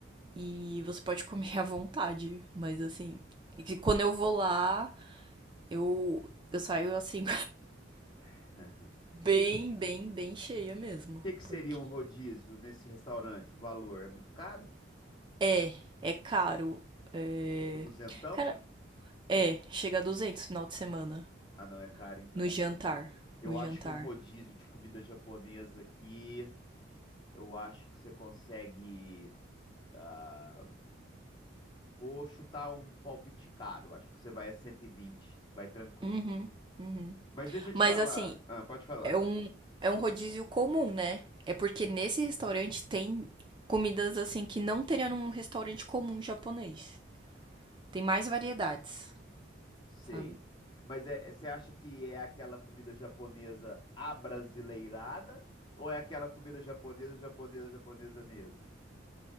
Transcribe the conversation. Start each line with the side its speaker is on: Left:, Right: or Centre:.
Right: E você pode comer <laughs> à vontade, mas assim, e quando eu vou lá, eu eu saio assim
Left: <laughs>
Right: <laughs> bem,
Left: Que,
Right: bem, bem cheia mesmo,
Left: que que seria
Right: porque
Left: um rodízio nesse restaurante? O valor é muito caro?
Right: é, é caro. É...
Left: Tipo duzentão?
Right: Cara, é, chega a 200 final de semana
Left: Ah, não, é caro então.
Right: no jantar,
Left: Eu
Right: no jantar.
Left: acho que um rodízio de comida japonesa aqui, eu acho que você consegue. ah, vou chutar um palpite caro. Acho que você vai a 120, vai tranquilo.
Right: Uhum, uhum.
Left: Mas deixa eu
Right: Mas
Left: te falar.
Right: assim,
Left: Ah, pode falar.
Right: É um, é um rodízio comum, né? É porque nesse restaurante tem comidas assim que não teria num restaurante comum japonês. Tem mais variedades,
Left: Sei.
Right: sabe?
Left: Mas é, é- você acha que é aquela comida japonesa abrasileirada ou é aquela comida japonesa, japonesa, japonesa mesmo?